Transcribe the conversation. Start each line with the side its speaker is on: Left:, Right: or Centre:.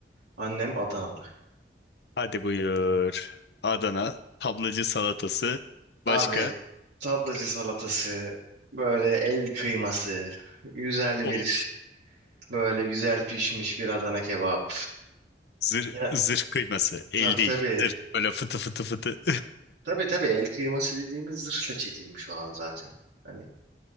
Right: Annem Adanalı.
Left: Hadi buyur. Adana tablacı salatası
Right: Abi
Left: başka
Right: tablacı salatası, böyle el kıyması, güzel
Left: oh
Right: bir böyle güzel pişmiş bir Adana kebap.
Left: zırh,
Right: Ya
Left: zırh kıyması el
Right: tabii
Left: değil
Right: tabii
Left: zırh böyle fıtı fıtı fıtı
Right: tabii tabii el kıyması dediğimiz zırhla çekilmiş olan zaten. Hani